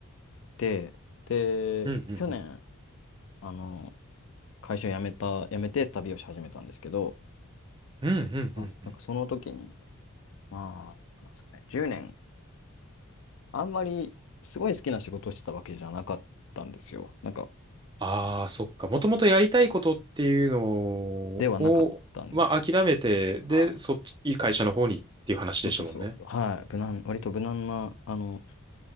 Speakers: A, on the left (about 65°); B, on the right (about 20°).
A: て、で、
B: うん、うん、
A: 去年、
B: うん。
A: あの会社辞めた、辞めて旅をし始めたんですけど、
B: うん、うん、
A: あ、
B: うん。うん
A: なんかその時に、まあ、なんですかね、10年、あんまりすごい好きな仕事をしてたわけじゃなかったんですよ。なんか、
B: ああ、そっか。もともとやりたいことっていうの
A: ではなかったんですよ。
B: を、まあ、諦めて、で、
A: はい
B: そっち、いい会社の方にっていう話でしたもんね。
A: そうそうそう。はい。無難、割と無難な、あの、